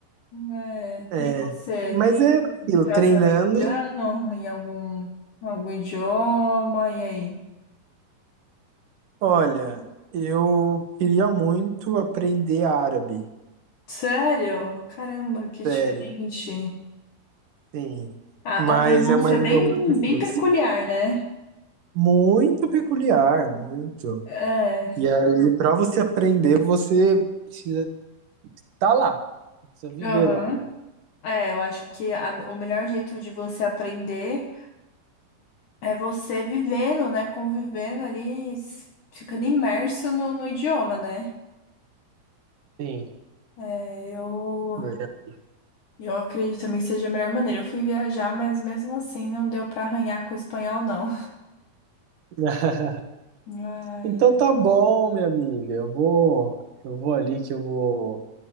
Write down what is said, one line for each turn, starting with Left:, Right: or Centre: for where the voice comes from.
Left: É,
Right: É.
Left: e você
Right: Mas
Left: tem
Right: é aquilo,
Left: tá
Right: treinando.
Left: se aventurando em algum, algum idioma? E aí?
Right: Olha, eu queria muito aprender árabe.
Left: Sério? Caramba, que diferente.
Right: Sério, sim.
Left: A,
Right: Mas
Left: a pronúncia
Right: é uma língua
Left: é bem,
Right: muito difícil.
Left: bem peculiar, né?
Right: Muito peculiar, muito.
Left: É.
Right: E ali, para você aprender, você precisa estar lá. Precisa viver
Left: Aham.
Right: lá, né?
Left: É, eu acho que a- o melhor jeito de você aprender é você vivendo, né? Convivendo ali, s- ficando imerso no, no idioma, né?
Right: Sim,
Left: É, eu,
Right: verdade.
Left: eu acredito também que seja a melhor maneira. Eu fui viajar, mas mesmo assim não deu pra arranhar com o espanhol, não.
Right: <laughs>
Left: Ai,
Right: Então
Left: é.
Right: tá bom, minha amiga. Eu vou, eu vou ali que eu vou